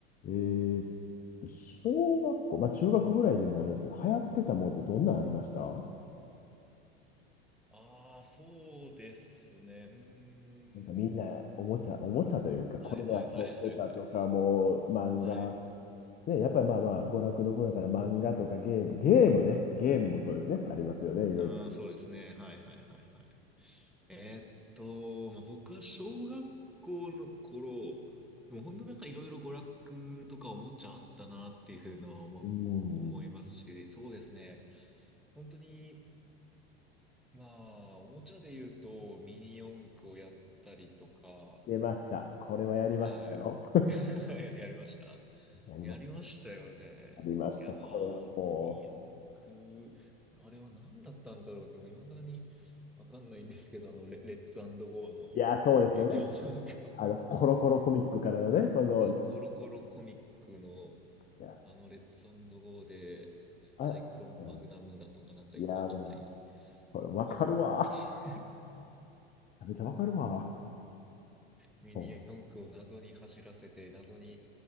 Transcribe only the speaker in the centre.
ああ、そうですね。うーん。
はいはいはいはいはい。
はい。
ああ、そうですね。はいはいはいはい。えーっと、まあ、僕は小学校の頃、でも本当なんかいろいろ娯楽とかおもちゃあったなっていうのは思、
思いますし、そうですね。本当に、まあ、おもちゃで言うとミニ四駆をやったりとか、
はい。<laughs> や、やりました
やりましたよね。
いやー、
ミニ四駆、あれは何だったんだろうと、もう未だにわかんないんですけど、あの、レ、レッツゴーの影響なのか。
<laughs> そ
うです、
コロコロコミックの、
あの、レッツゴーで、
サイクロンマグナムだとか、
なんかよくわかんない、
四ミニ <laughs>
ミニ四駆を謎に走らせて、
謎に、